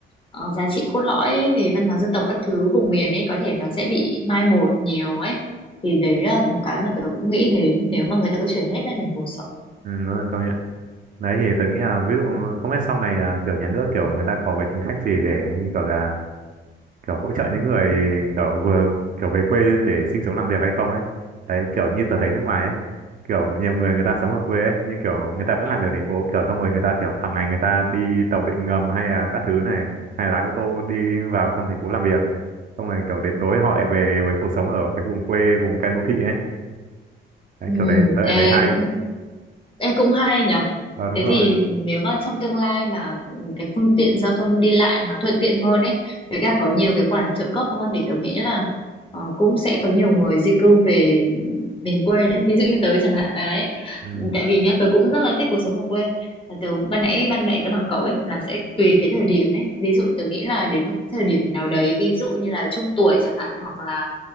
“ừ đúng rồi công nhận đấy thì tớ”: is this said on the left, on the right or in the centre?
Right